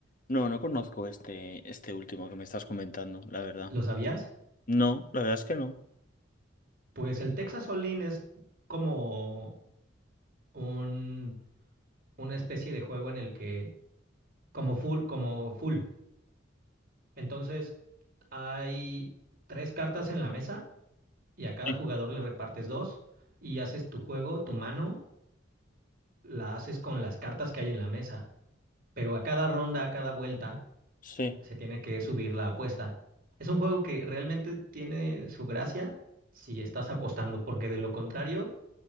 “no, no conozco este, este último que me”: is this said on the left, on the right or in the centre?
Left